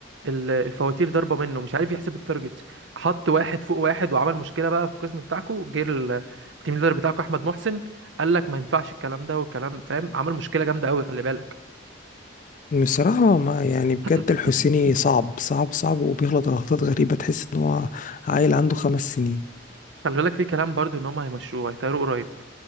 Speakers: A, on the right (about 65°); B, on the left (about 40°).
A: ال- الفواتير ضربه منه مش عارف يحسب التارجت حط واحد فوق واحد وعمل مشكله بقى في القسم بتاعكو جه ال- التيم ليدر بتاعكو احمد محسن قال لك ما ينفعش الكلام ده والكلام فاهم عمل مشكله جامده قوي خلي بالك
B: بصراحة ما يعني بجد
A: <clears throat>
B: الحسيني صعب صعب صعب وبيغلط غلطات غريبة تحس ان هو عيل عنده خمس سنين
A: خلي بالك في كلام برضو ان هم هيمشوه هيطيروا قريب